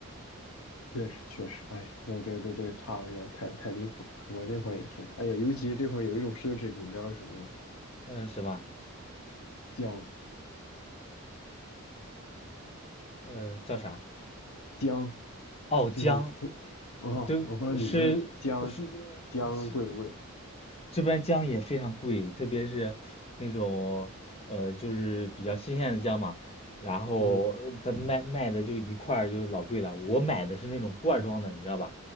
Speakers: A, on the left (about 75°); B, on the left (about 25°).
A: 确实确实，哎呀，那这这这差的有点太太离谱了。我这块儿也是，哎呀，尤其这块儿有一种奢侈品，你知道是什么吗？
B: 嗯、什么，
A: 姜
B: 嗯，叫啥？
A: 姜，
B: 哦，
A: 就是从啊、
B: 姜，对，
A: 我不知道你们这儿姜姜贵不贵？
B: 是是这这边姜也非常贵，特别是那种呃，就是比较新鲜的姜嘛。然后呃它卖卖的就一块儿就老贵了。
A: 嗯，
B: 我买的是那种罐儿装的，你知道吧？